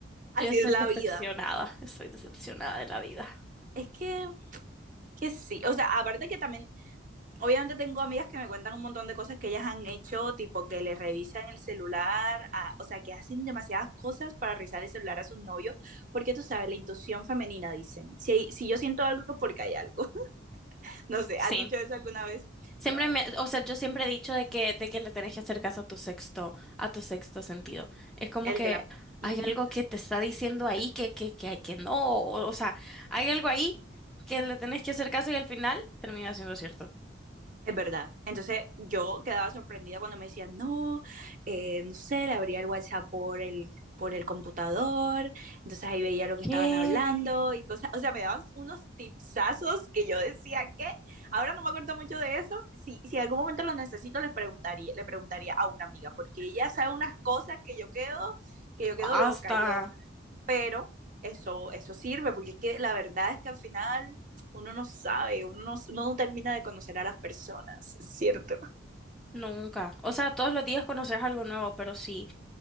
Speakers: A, on the right (about 40°); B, in the centre.
A: Así
B: Yo estoy
A: es la
B: decepcionada,
A: vida.
B: estoy decepcionada de la vida.
A: Es que, que sí, o sea, aparte que también, obviamente tengo amigas que me cuentan un montón de cosas que ellas han hecho, tipo que les revisan el celular, a- o sea, que hacen demasiadas cosas para revisar el celular a sus novios, porque tú sabes, la intuición femenina, dicen, si, si yo siento algo, porque hay algo. <laughs> No sé,
B: Sí.
A: ¿has dicho eso alguna vez?
B: Siempre
A: Bueno,
B: me, o sea, yo siempre he dicho de que, de que le tenés que hacer caso a tu sexto, a tu sexto sentido. Es como
A: el
B: que
A: de la...
B: hay
A: Ujú.
B: algo que te está diciendo ahí que, que, que, hay- que no, o, o sea, hay algo ahí que le tenés que hacer caso y al final termina siendo cierto.
A: Es verdad. Entonces yo quedaba sorprendida cuando me decían, no, eh, no sé, le abría el WhatsApp por el, por el computador, entonces ahí veía lo
B: ¿Qué?
A: que estaban hablando y cosas, o sea, me daban unos tipsazos que yo decía que, ahora no me acuerdo mucho de eso, si, si en algún momento lo necesito les preguntaría, le preguntaría a una amiga, porque ella sabe unas cosas que yo quedo, que yo quedo
B: Basta.
A: loca, yo, pero eso, eso sirve, porque es que la verdad es que al final uno no sabe, uno no, uno no termina de conocer a las personas, ¿cierto?
B: Nunca. O sea, todos los días conoces algo nuevo, pero sí,